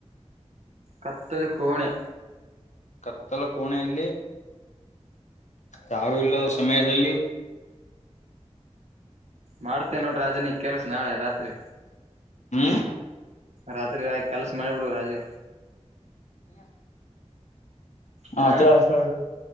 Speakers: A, on the right; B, on the left.
A: ಕತ್ತರು ಕೋಣೆ
B: ಕತ್ತಲು ಕೋಣ ಎಲ್ಲಿ ಯಾರು ಇಲ್ಲ ಸಮಯದಲ್ಲಿ
A: ಮಾಡ್ತೇನ್ ನೋಡ್ ರಾಜನಿಗ್ ಕೆಲ್ಸ ನಾಳೆ ರಾತ್ರಿ.
B: ಹ್ಮ್
A: ರಾತ್ರಿ ಕೆಲ್ಸ ಮಾಡಿಬಿಡು ರಾಜೆ
B: ಅವ
A: ಹ
B: ಅಚ್ಚು ಹಸ್